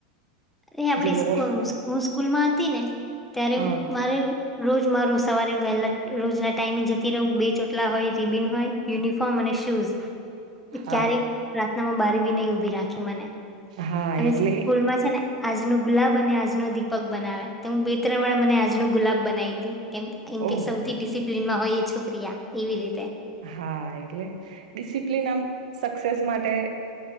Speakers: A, in the centre; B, on the right.
A: એ આપડી
B: જે લોકોને
A: સ્કૂ સ્કૂ સ્કૂલ માં હતી ને ત્યારે
B: હા
A: મારે રોજ મારું સવારે વહેલા રોજના ટાઈમે જતી રહું બે ચોટલા હોય રિબિન હોય યુનિફોર્મ અને શૂઝ
B: હા
A: ક્યારે રા મ મને બારી બી નહી ઉભી રાખી મને
B: હા
A: અને
B: એટલે
A: સ્કૂલમાં છે ને આજનું ગુલાબ અને આજનો દીપક બનાવે તો હું બે ત્રણ વારે મને આજનો ગુલાબ બનાવી તી કેમ એમ
B: ઓહ
A: કે સૌથી ડિસિપ્લિનમાં હોય શુક્રિયા એવી રીતે
B: હા એટલે ડિસિપ્લિન આમ સક્સેસ માટે